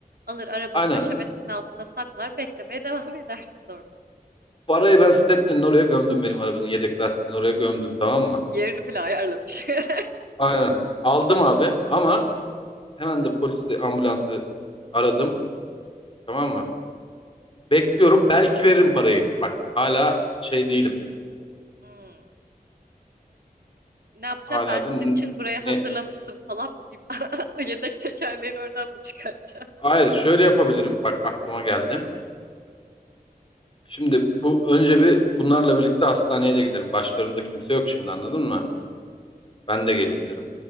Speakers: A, on the right; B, on the left.
A: Alır arabanın
B: Aynen.
A: döşemesinin altına saklar, beklemeye devam <laughs> edersin orada.
B: Parayı ben Stepney'nin oraya gömdüm benim arabanın yedek lastiğini oraya gömdüm tamam mı?
A: Yerini bile ayarlamış. <laughs>
B: Aynen. Aldım abi ama hemen de polisi ambulansı aradım tamam mı? Bekliyorum belki veririm parayı. Bak hala şey değilim.
A: Hmm. Ne yapacağım
B: Hala
A: ben sizin
B: da n-
A: için buraya
B: ne?
A: hazırlamıştım falan mı deyip <laughs> yedek tekerleğini oradan mı çıkartacağım?
B: Hayır şöyle yapabilirim. Bak aklıma geldi. Şimdi bu önce bir bunlarla birlikte hastaneye de giderim. Başlarında kimse yok şimdi anladın mı?
A: Hmm.
B: Ben de geleyim derim.